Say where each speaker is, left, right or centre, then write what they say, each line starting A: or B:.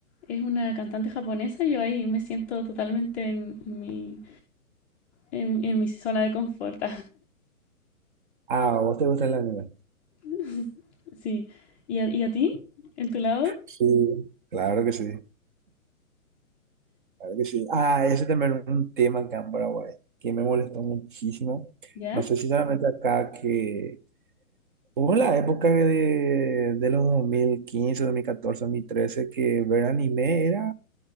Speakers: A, in the centre; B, on the right (about 35°).
A: es una cantante japonesa, yo ahí me siento totalmente en, en mi en, en mi zona de confort.
B: Ah, ¿a vos te gusta el anime?
A: <laughs> Sí. ¿Y a, y a ti? ¿En tu lado?
B: Sí, claro que sí. Claro que sí. Ah, ese también es un tema acá en Paraguay que me molestó muchísimo.
A: ¿Ya?
B: No sé si solamente acá que hubo la época de, de los dos dos mil mil quince dos mil catorce dos mil trece que ver anime era